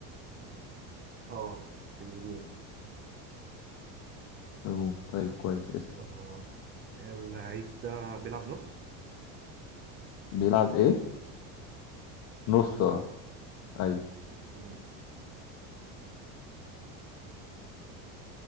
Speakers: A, on the right (about 30°); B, on the left (about 40°).
A: اه في الهجوم
B: أوه. طيب كويس اسم
A: اه اللعيب ده بيلعب نص
B: بيلعب ايه نص
A: نص ملعب
B: اه ايوه
A: مم.